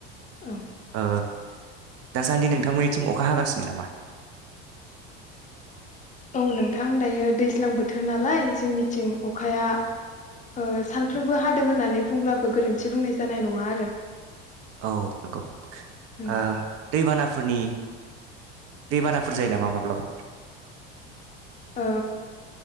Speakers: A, on the left; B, on the right.
A: औ
B: ओ दासान्दि नोंथांमोननिथिं अखा हागासिनो नामा?
A: औ नोंथां दायो दैज्लां बोथोर नालाय जोंनिथिं अखाया ओ सानफ्रोमबो हादों होननानै बुंब्लाबो गोरोन्थि बुंनाय जानाय नङा आरो।
B: औ नंगौ
A: औ
B: ओ दैबानाफोरनि दैबानाफोर जायो नामा माब्लाबाफोर?
A: ओ